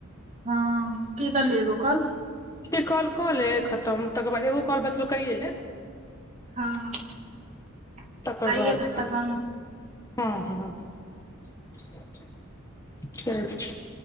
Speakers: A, on the right (about 35°); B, on the left (about 15°).
A: हँ की कलहि एगो कॉल
B: इ कॉल कऽ ले खतम तकर बाद एगो कॉल बचलो कहिए ले
A: हँ <inaudible>
B: तकर
A: काईए
B: बाद
A: के खतम
B: <unintelligible>